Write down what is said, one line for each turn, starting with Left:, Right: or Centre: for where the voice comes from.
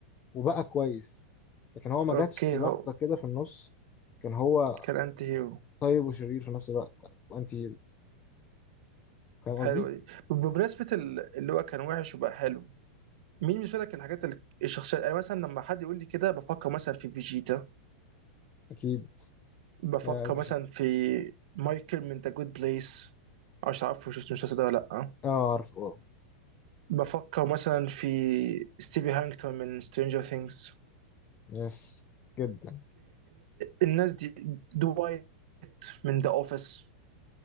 Left: وبقى كويس لكن هو ما
Right: اوكي
Left: جاتش لحظة
Right: هو
Left: كده في النص كان هو
Right: كان انت هيرو
Left: طيب وشرير في نفس الوقت او انتي هيرو فاهم قصدي
Right: حلوة دي ب- بمناسبة ال- اللي هو كان وحش وبقى حلو مين بالنسبة لك الحاجات ال- الشخصية يعني مثلا لما حد يقول لي كده بفكر مثلا في فيجيتا
Left: اكيد
Right: بفكر
Left: يا بشي
Right: مثلا في مايكل من ذا جود بليس مش عارف شفت المسلسل ده ولا لأ
Left: اه عارفه اه
Right: بفكر مثلا في ستيفي هانكتون من سترينجر ثينجز
Left: يس جدا
Right: الناس دي دوايت من ذا اوفيس